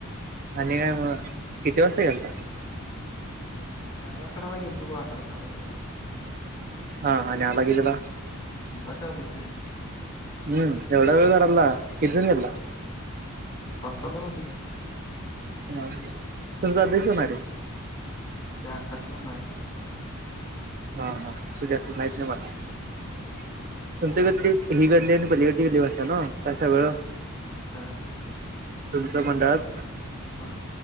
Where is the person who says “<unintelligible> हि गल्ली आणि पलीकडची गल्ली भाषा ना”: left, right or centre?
Right